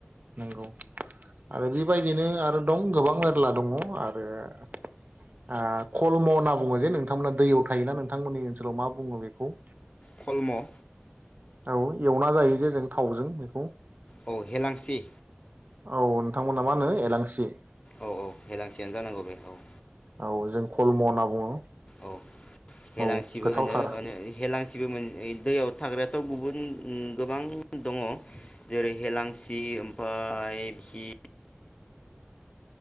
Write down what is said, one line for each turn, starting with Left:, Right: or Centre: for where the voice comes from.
Right: नंगौ आरो बेबायदिनो आरो दं गोबां मेरला दङ आरो ओ कलम' होनना बुङो जे नोंथांमोना दैयाव थायोना नोंथांमोननि ओनसोलाव मा बुङो बेखौ?
Left: खलम'
Right: औ एवना जायो जे जों थावजों बेखौ
Left: औ हेलांसि
Right: औ नोंथांमोना मा होनो एलांसि
Left: औ औ हेलांसियानो जानांगौ बे औ
Right: औ जों कलम' होनना बुङो।
Left: औ
Right: औ
Left: हेलांसिबो
Right: गोथावथार
Left: होनो ओ नो हेलांसिबो मोन दैयाव थाग्रायाथ' बुहुथ उम उम गोबां दङ जेरै- हेेलांसि ओमफाय खि